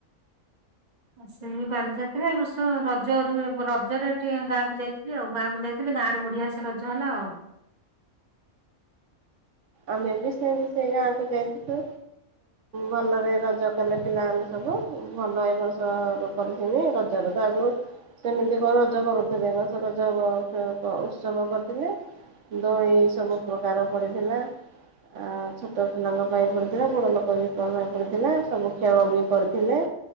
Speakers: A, on the right; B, on the right.
A: ଆ ସେଇ ବାଲିଯାତ୍ରା ଏ ବର୍ଷ ରଜରୁ ରଜରେ ଟିକେ ଗାଁକୁ ଯାଇଥିଲି ଆଉ ଗାଁକୁ ଯାଇ ହେଲେ ଗାଁରେ ବଢିଆ ସେ ରଜ ହେଲା ଆଉ।
B: ଆମେ ବି ସେମତି ସେ ଗାଁ କୁ ଯାଇଥିଲୁ। ଭଲରେ ରଜ କଲେ ପିଲାମାନେ ସବୁ ଭଲ ଏ ବର୍ଷ କରୁଥିନି ରଜ ରେ ତ ଆଗରୁ ସେମିତି କଣ ରଜ କରୁଥିବେ ଏ ବର୍ଷ ରଜ ଅ ଅ ଅ ଉତ୍ସବ କରିଥିଲେ। ଦୋଳି ସବୁ ପ୍ରକାର ପଡ଼ିଥିଲା। ଆ ଛୋଟ ପିଲାଙ୍କ ପାଇଁ ପଡିଥିଲା, ବଡ ଲୋକ ବି ପାଇଁ ପଡିଥିଲା, ସବୁ ଖେଳ ବି କରିଥିଲେ।